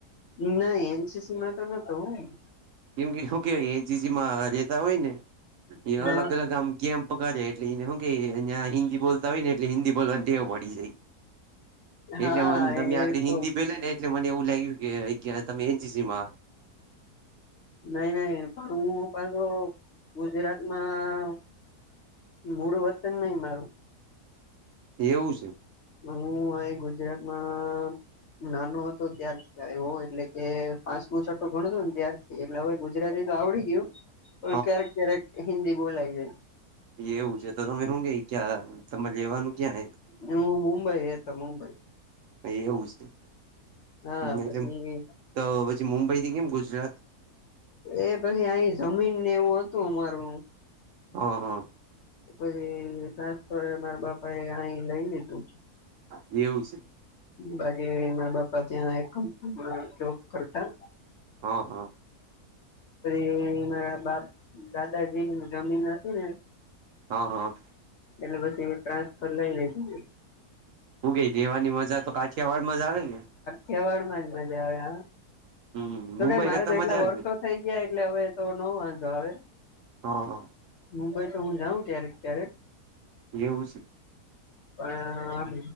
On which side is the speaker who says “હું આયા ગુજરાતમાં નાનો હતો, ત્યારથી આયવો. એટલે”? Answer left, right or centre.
Left